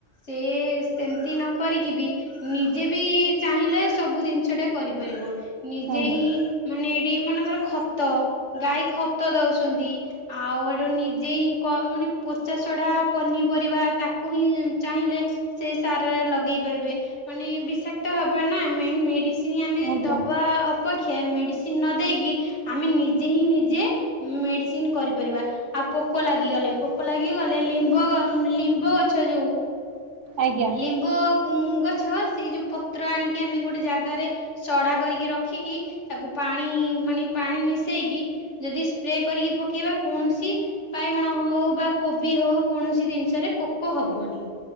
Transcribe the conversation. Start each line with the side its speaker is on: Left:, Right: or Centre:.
Left: ସେ ସେମିତି ନ କରିକି ବି ନିଜେ ବି ଚାହିଁଲେ ସବୁ ଜିନିଷ ଟା କରିପାରିବ ନିଜେ
Right: ଆଜ୍ଞା
Left: ହିଁ ମାନେ ଏଇଠି ମନେକର ଖତ ଗାଈ ଖତ ଦଉଛନ୍ତି ଆଉ ଏଠୁ ନିଜେ ହିଁ ମାନେ ପଚା ସଢ଼ା ପନିପରିବା ତାକୁ ହିଁ ଚାହିଁଲେ ସେଇ ସାର ରେ ଲଗେଇ ପାରିବେ ମାନେ ବିଷାକ୍ତ ହବନି ନା ମେନ୍ ମେଡ଼ିସିନ ଆମେ
Right: ଆଜ୍ଞା
Left: ଦେବା ଅପେକ୍ଷା ମେଡ଼ିସିନ ନ ଦେଇକି ଆମେ ନିଜେ ହିଁ ନିଜେ ମେଡ଼ିସିନ କରିପାରିବା। ଆଉ ପୋକ ଲାଗିଗଲେ ପୋକ ଲାଗି ଗଲେ ନିମ୍ବ ନିମ୍ବ ଗଛ ଯୋଉ
Right: ଆଜ୍ଞା
Left: ନିମ୍ବ ଗଛ ସେଇ ଯେଉଁ ପତ୍ର ଆଣିକି ଆମେ ଗୋଟେ ଜାଗାରେ ସଢ଼ା କରିକି ରଖିକି ତାକୁ ପାଣି ମାନେ ପାଣି ମିଶେଇକି ଯଦି ସ୍ପ୍ରେ କରିକି ପକେଇବା କୌଣସି ବାଇଗଣ ହଉ ବା କୋବି ହଉ କୌଣସି ଜିନିଷରେ ପୋକ ହବନି